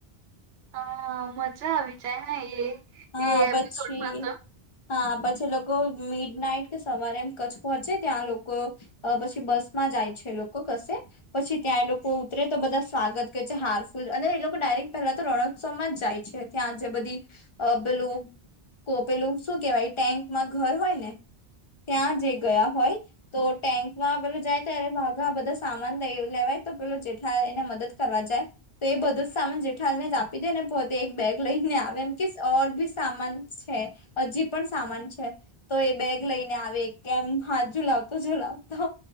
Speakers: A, on the right; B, on the left.
A: હા, મજા આવી જાય ને, એ એ
B: હા, પછી.
A: એપિસોડમાં તો
B: હા, પછી લોકો મિડ નાઈટ કે સવારે, એમ કચ્છ પહોંચે. ત્યાં લોકો પછી બસ માં જાય છે, લોકો પછી ત્યાં એ લોકો ઉતરે, તો બધા સ્વાગત છે, હારફૂલ અને એ લોકો ડાયરેક્ટ પહેલા તો રણ ઉત્સવ જ જાય છે, ત્યાં જે બધી અ પેલું કો પેલું શું કહેવાય? ટેન્કમાં ઘર હોય ને ત્યાં જે ગયા હોય, તો ટેન્કમાં પેલું જાય. ત્યારે બાધા આ બધા સામાન લે લેવાય. તો પેલો જેઠાલાલ એને મદદ કરવા જાય, તો એ બધું જ સામાન જેઠાલાલ ને જ આપી દે ને, પોતે એક બેગ લઈને આવે એમ. કે ઓર, બી સામાન છે. હજી પણ સામાન છે, તો એ બેગ લઈને આવે, કેમ? હા, ઝુલાવતો, ઝુલાવતો